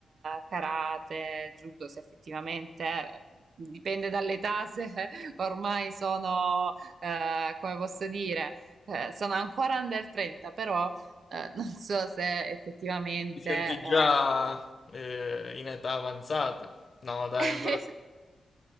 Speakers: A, on the right (about 55°); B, on the left (about 30°).
A: karate, judo, se effettivamente dipende dall'età, <laughs> se ormai sono, eh, come posso dire, eh, sono ancora under 30, però eh, non so se effettivamente...
B: Ti senti
A: eh,
B: già eh, in età avanzata. No, dai,
A: <laughs>
B: ancora.